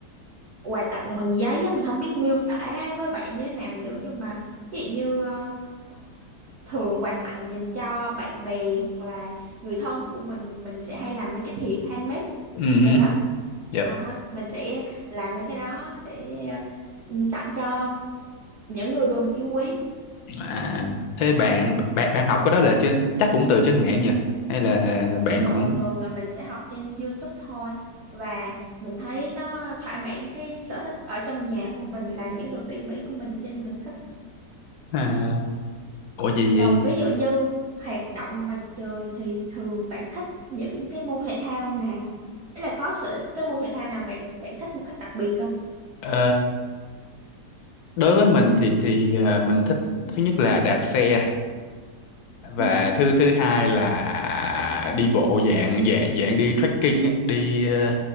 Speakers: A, on the right; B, on the left.
A: quà tặng bằng giấy á, mình không biết miêu tả với bạn như thế nào nữa nhưng mà ví dụ như ờ, thường quà tặng dành cho bạn bè hoặc là người thân của mình mình sẽ hay làm mấy cái thiệp handmade
B: ừ
A: rồi
B: hử,
A: đó.
B: yep.
A: À ha, mình sẽ làm mấy cái đó để ừ, tặng cho những người mà mình yêu quý.
B: à, thế bạn bạn bạn học cái đó là trên chắc cũng từ trên mạng nhỉ hay là bạn
A: Đúng rồi,
B: cũng
A: thường là mình sẽ học trên YouTube thôi và mình thấy nó thỏa mãn cái sở thích ở trong nhà của mình làm những đồ tỉ mỉ của mình cho nên mình thích.
B: à, ủa gì
A: Còn
B: vậy vậy
A: ví dụ như hoạt động ngoài trời thì thường bạn thích những cái môn thể thao nào? Ý là có sự cái môn thể thao nào bạn bạn thích một cách đặc biệt không?
B: Ờ, đối với mình thì thì à, mình thích thứ nhất là đạp xe và
A: Ừ. hứ.
B: thứ thứ hai là đi bộ dạng dạng dạng đi trekking á, đi ờ,